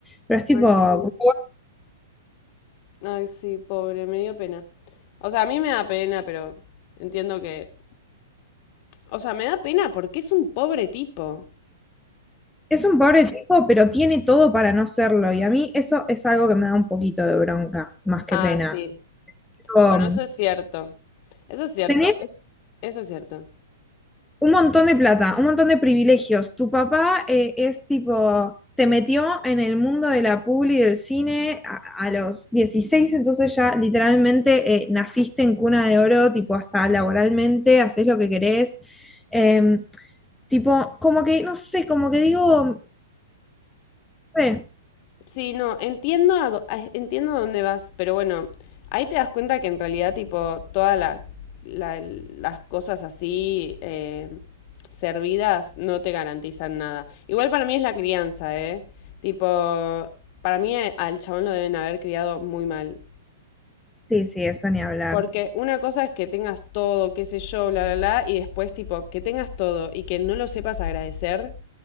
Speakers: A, in the centre; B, on the left.
A: Pero es tipo,
B: Ay,
A: grow
B: sí. Ay, sí, pobre, me dio pena. O sea, a mí me da pena, pero entiendo que... O sea, me da pena porque es un pobre tipo.
A: Es un pobre tipo, pero tiene todo para no serlo y a mí eso es algo que me da un poquito de bronca, más que
B: Ah,
A: pena.
B: sí.
A: Tipo,
B: Bueno, eso es cierto. Eso es cierto.
A: tenés
B: Es... Eso es cierto.
A: Un montón de plata, un montón de privilegios. Tu papá eh, es tipo, te metió en el mundo de la publi y del cine a, a los 16 entonces ya literalmente eh, naciste en cuna de oro, tipo hasta laboralmente, haces lo que querés. Em, tipo, como que, no sé, como que digo, no sé,
B: Sí, no, entiendo a do- a- entiendo a dónde vas, pero bueno, ahí te das cuenta que en realidad, tipo, todas la- la- las cosas así eh, servidas no te garantizan nada. Igual para mí es la crianza, ¿eh? Tipo, para mí eh, al chabón lo deben haber criado muy mal.
A: sí, sí, eso ni hablar.
B: Porque una cosa es que tengas todo, qué sé yo, bla, bla, bla, y después, tipo, que tengas todo y que no lo sepas agradecer,